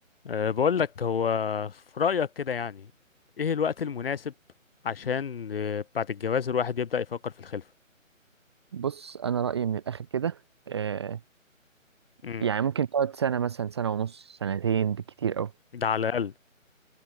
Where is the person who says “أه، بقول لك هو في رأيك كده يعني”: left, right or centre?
Left